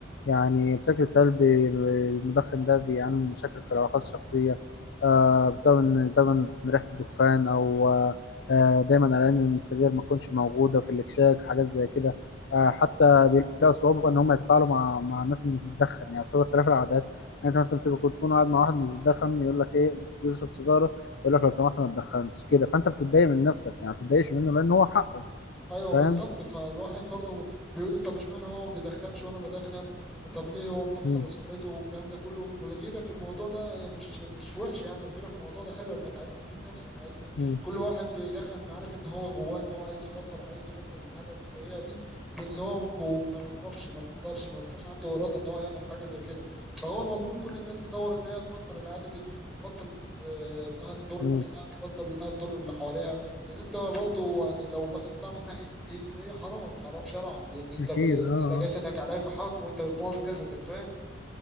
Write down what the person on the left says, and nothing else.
يعني بشكل سلبي المدخن ده بيعاني من مشاكل في العلاقات الشخصية آه بسبب ان دايما ريحة الدخان او آه آه، دايما قلقان ان السجاير ما تكونش موجودة في الاكشاك حاجات زي كده آه حتى بيلاقوا صعوبة ان هم يتفاعلوا مع مع الناس اللي مش بتدخن يعني بسبب اختلاف العادات يعني انت مثلا بتبقى كنت تكون قاعد مع واحد مش بتدخن يقول لك ايه انت بتشرب سيجارة يقول لك لو سمحت ما تدخنش كده فانت بتتضايق من نفسك يعني ما بتتضايقش منه لان هو حقه
فاهم؟
مم.
مم.
مم.
أكيد
أه
آه.